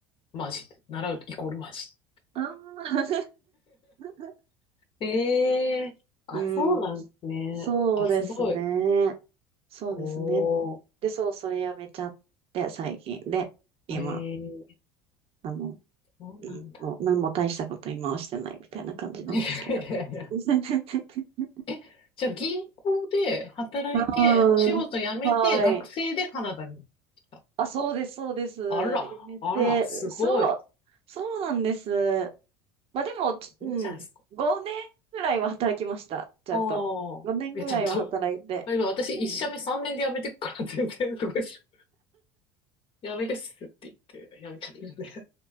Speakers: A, on the left; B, on the right.
A: まあ、し習うイコールまあ、し
B: ああ、<laughs>
A: ええあ、
B: う
A: そうなんですね。
B: ん。そうですね。
A: あ、すごい。
B: そうですね。
A: おー、
B: で、そう、それやめちゃって、最近。で、今、
A: ええ
B: あの、うん
A: そうなんだ。
B: もう何も大したこと今はしてないみたいな感じなんですけど。
A: <laughs> いやいやいや。
B: <laughs>
A: え、じゃあ銀行で働いて、
B: うん。
A: お仕事辞めて、
B: はい。
A: 学生でカナダに来た。
B: あ、そうです、そうです。やめて、
A: あら、あら、すごい。
B: そう、
A: す
B: そうなんです。まあでも、ちうん。
A: ごいじゃないですか。
B: 5年ぐらいは働きました。ちゃんと。
A: ああ、
B: 5年ぐらいは働いて。
A: いや、ちゃんと、今私一社目3年で辞めてくから全然すごいっす。
B: うん。
A: 辞めですって言って辞めちゃったよ